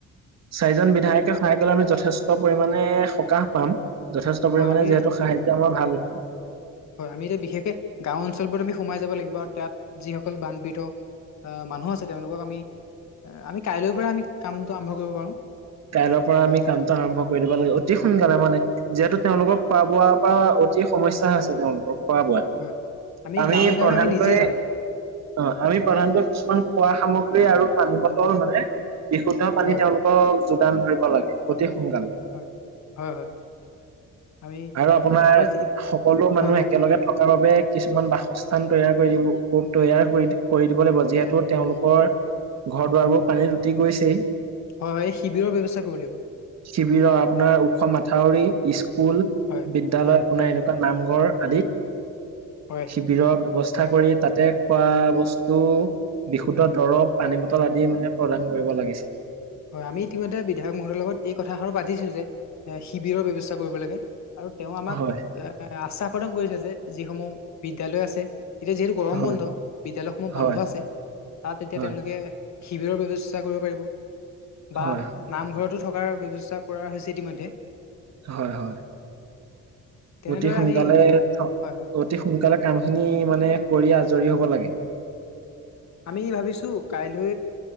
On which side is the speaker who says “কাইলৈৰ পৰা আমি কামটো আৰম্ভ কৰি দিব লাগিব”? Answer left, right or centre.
Right